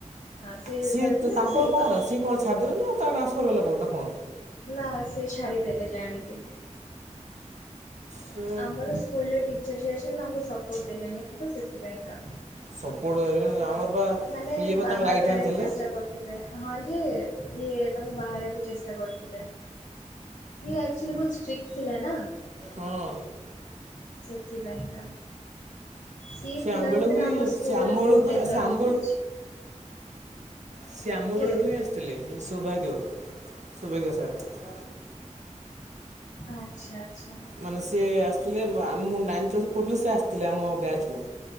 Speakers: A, on the left (about 85°); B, on the right (about 65°).
A: ହଁ ସେ ଯେତେବେଳେ
B: ସିଏ ତ-
A: ଥିଲେ
B: ତାଙ୍କର
A: ମୁଁ ସେଇ
B: କ'ଣ
A: ପାସ୍
B: ହେଲା
A: ଆଉଟ୍
B: ସିଏ କଣ ଛଡ଼ିଦେବେ ନା ତା ଟ୍ରାନ୍ଫର ହେଲା କୋଡ଼ୁନା କଣ
A: ନା ସିଏ ଛାଡିଦେଲେ ଜାଣିକି।
B: ସେ
A: ଆମର ସ୍କୁଲରେ ଟିଚର ଯିଏ ଅଛନ୍ତି ତାଙ୍କୁ ସପୋର୍ଟ ଦେଲେନି ତ ସେଥିପାଇଁ କା।
B: ସପୋର୍ଟ ଆମର ବା
A: ମାନେ
B: ଇଏ ବା
A: ବାହାର
B: ତାଙ୍କ ରାଇଟ୍
A: କରିବାକୁ
B: ହ୍ୟାଣ୍ଡ ଥିଲେ।
A: ଚେଷ୍ଟା ହଁ ଯେ ଇଏ ତାଙ୍କୁ ବାହାରିବାକୁ ଚେଷ୍ଟା କରୁଥିଲେ। ସିଏ ଅକ୍ଚୁଆଲି ବହୁତ ଷ୍ଟ୍ରିଟ ଥିଲେ ନା।
B: ହଁ
A: ସେଥିପାଇଁ କା ସିଏ
B: ସେ
A: ଥିଲା
B: ଆମ ବେଳକୁ
A: ଭିତରେ
B: ବି
A: ଆମ ସ୍କୁଲ
B: ସେ ଆମ ବେଳକୁ
A: ବହୁତ ଡେଭଲପ
B: ସେ ଆମ
A: ହେଇଯାଇଛି।
B: ସିଏ ଆମ
A: କିଏ
B: ବେଳଠୁ ହିଁ ଆସିଥିଲେ। ସୌଭାଗ୍ୟ ସୌଭାଗ୍ୟ ସାର୍।
A: ଆଚ୍ଛା ଆଚ୍ଛା।
B: ମାନେ ସିଏ ଆସିଥିଲେ ମୁଁ ନାଇନ୍ ପ୍ଲାସ ପଢ଼ୁଥିଲି ସେ ଆସିଥିଲେ ଆମ ବ୍ୟାଚ କୁ।